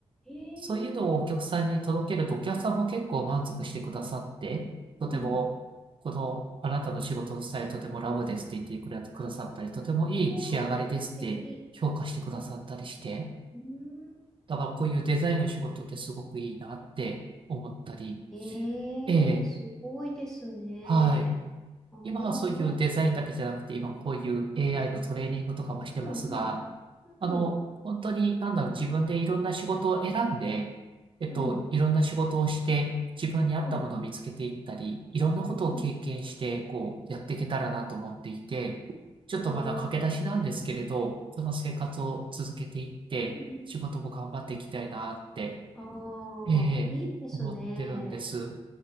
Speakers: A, in the centre; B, on the right.
A: え
B: そういうのをお客さんに届けると、
A: え
B: お客さんも結構満足してくださって、
A: うん。
B: とても、この、あなたの仕事のスタイルとてもラブですって言ってくれくださったり、とてもいい仕上がりですって評価してくださったりして、
A: ええ素敵。うん。
B: だからこういうデザインの仕事ってすごくいいなって思ったり、
A: ええすごいですね。
B: ええ、はい。
A: ああ、
B: 今はそういうデザインだけじゃなくて、
A: なん、
B: 今こういう AI のトレーニングとかもしてますが、
A: うん、うん。うん、
B: あの、本当に、なんだろう、自分でいろんな仕事を選んで、えっと、
A: うん。うん
B: いろんな仕事をして、自分に合ったものを見つけていったり、
A: はい。
B: いろんなことを経験して、
A: うん、
B: こう、やっていけたらなと思っていて、
A: うん。
B: ちょっとまだ駆け出しなんですけれど、
A: うん、
B: この生活を続けていって、
A: うん。うん
B: 仕事も頑張っていきたいなって、
A: ああ、
B: ええ、
A: いいですね。
B: 思ってるんです。